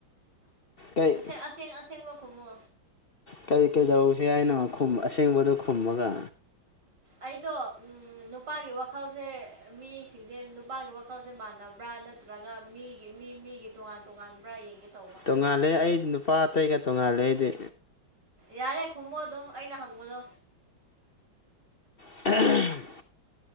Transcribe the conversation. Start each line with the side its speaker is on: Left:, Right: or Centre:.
Left: ꯀꯩ
Right: ꯑꯁ ꯑꯁꯦꯡ ꯑꯁꯦꯡꯕ ꯈꯨꯝꯃꯣ
Left: ꯀꯔꯤ ꯀꯔꯤꯗꯧꯁꯤꯦ ꯍꯥꯏꯅꯣ ꯑꯁꯦꯡꯕꯗꯨꯣ ꯈꯨꯝꯃꯒ
Right: ꯑꯩꯗꯣ ꯅꯨꯄꯥꯒꯤ ꯋꯥꯈꯜꯁꯦ ꯃꯤꯁꯤꯡꯁꯦ ꯅꯨꯄꯥꯒꯤ ꯋꯥꯈꯜꯁꯦ ꯃꯥꯟꯅꯕ꯭ꯔꯥ ꯅꯠꯇ ꯅꯠꯇ꯭ꯔꯒ ꯃꯤꯒꯤ ꯃꯤ ꯃꯤꯒꯤ ꯇꯣꯉꯥꯟ ꯇꯣꯉꯥꯟꯕ꯭ꯔꯥ ꯌꯦꯡꯒꯦ ꯇꯧꯕ
Left: ꯇꯣꯡꯉꯥꯜꯂꯦ ꯑꯩꯗꯤ ꯅꯨꯄꯥ ꯑꯇꯩꯒ ꯇꯣꯡꯉꯥꯜꯂꯦ ꯑꯩꯗꯤ
Right: ꯌꯥꯔꯦ ꯈꯨꯝꯃꯣ ꯑꯗꯨꯝ ꯑꯩꯅ ꯍꯪꯕꯗꯣ
Left: <unintelligible>